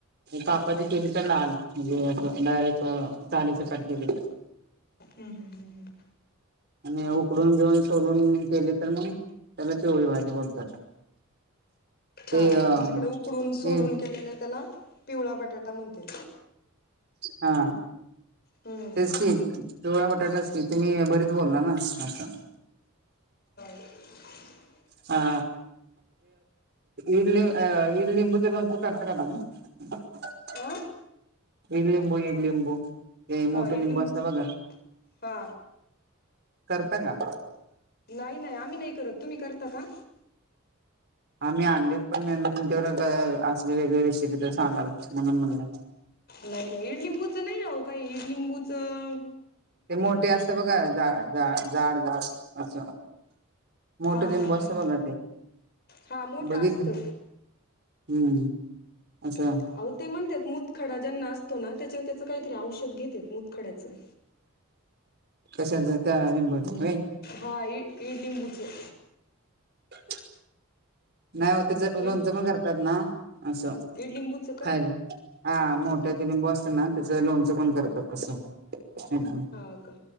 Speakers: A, on the right (about 50°); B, on the left (about 50°).
A: कापाची केली तर लाल म्हणजे. डायरेक्ट साली सकेट केली तर.
B: हम् हम् हम्म हम्.
A: आणि उकडून घेऊन सोलून केले तर मग त्याला चिवळी भाजी बोलतात.
B: हा
A: ते अ
B: आमच्याकडे उकडून सोलून
A: ते
B: केलेलं त्याला पिवळा बटाटा म्हणते.
A: हा
B: हम्म
A: तेच की. पिवळा बटाटाच की, तुम्ही भरीत बोलला ना अस.
B: <inaudible>
A: हा. इडली अ इडली बदल अंत करत कद.. <unintelligible>
B: हा
A: इडलिंबू इडलिंबू. ते मोठे
B: हा इडलिंबूच
A: लिंबू असत बघा
B: हा
A: करता का.
B: नाही नाही आम्ही नाही करत तुम्ही करता का.
A: हा मी आणलीत पण मी म्हलं तुमच्याकडे असले वेगळे विषयबद्दल सांगाल म्हणून म्हणलं.
B: नाही नाही इडलिंबूच नाही राह काही इडलिंबूचं..
A: ते मोठे असत बघ जा जाड झाड असं. मोठ
B: हा हा
A: लिंब असत
B: हा हा
A: बघ ते
B: हा मोठं
A: बघितले.
B: असतं
A: हम्म. असं
B: <unintelligible> मुतखडा ज्यांना असतो ना त्याच्या त्याच काहीतरी औषध घेते मुतखड्याचं.
A: कशाच त्या लिंबाचा व्हय.
B: हा ईड लिंबूचे.
A: <inaudible> नाही हो त्याच
B: इड
A: लोणचं पण करतात ना असं
B: इडलिंबूचं का
A: खायला हा मोठ. ्या ब असतना त्याच लोनचं पण करतात असं. एकदम
B: हो का